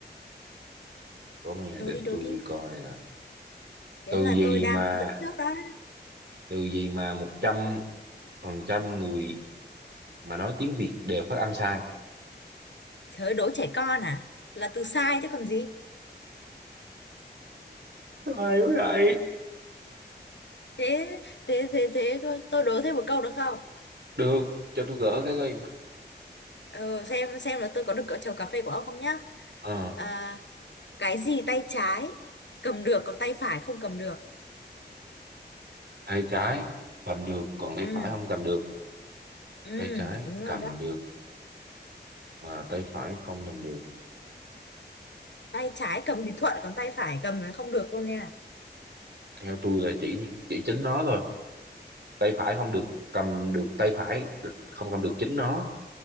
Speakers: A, on the right; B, on the left.
A: có mấy ngày
B: đố
A: để
B: đi đố
A: tôi
B: đi
A: coi nè
B: thế
A: tư
B: là
A: duy
B: tôi đang
A: mà
B: dẫn trước đó,
A: từ gì mà một trăm phần trăm người mà nói tiếng Việt đều phát âm sai
B: trời ơi, đố trẻ con à là từ sai chứ còn gì
A: Ai vậy?
B: thế thế thế thế tôi đố thêm một câu được không
A: được cho tôi gỡ cái coi
B: ừ, xem xem là tôi có được cỡ chầu cà phê của ông không nhá
A: ờ
B: À, cái gì tay trái cầm được còn tay phải không cầm được
A: tay trái cầm được còn tay
B: ừ
A: phải không cầm được
B: ừ
A: tay trái
B: đúng rồi
A: cầm
B: đó
A: được mà tay phải không cầm được
B: tay trái cầm thì thuận còn tay phải cầm là không được luôn nha
A: theo tôi là chỉ chỉ chính nó thôi tay phải không được cầm được tay phải không cầm được chính nó